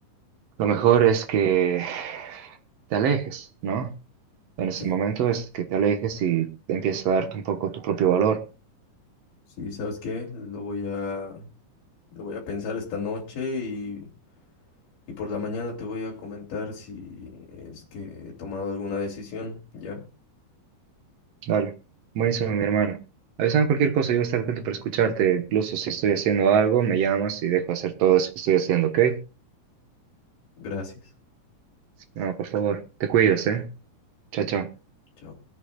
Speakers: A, on the right (about 60°); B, on the left (about 80°).
A: lo mejor es que te alejes, ¿no? En este
B: Sí,
A: momento es que te alejes y empiezas a darte un poco tu propio valor.
B: sí, ¿sabes qué? Lo voy a, lo voy a pensar esta noche y, y por la mañana te voy a comentar si es que he tomado alguna decisión, ¿ya?
A: Dale. Buenísimo, mi hermano. Avísame cualquier cosa, yo voy a estar atento para escucharte. Incluso si estoy haciendo algo, me llamas y dejo hacer todo eso que estoy haciendo, ¿ok?
B: Gracias.
A: No, por favor, te cuidas, ¿eh? Chao, chao.
B: Chao.